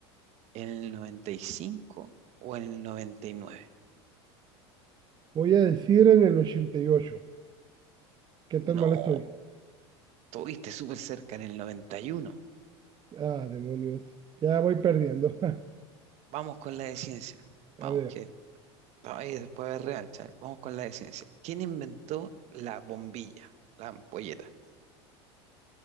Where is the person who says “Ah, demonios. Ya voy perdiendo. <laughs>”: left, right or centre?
Right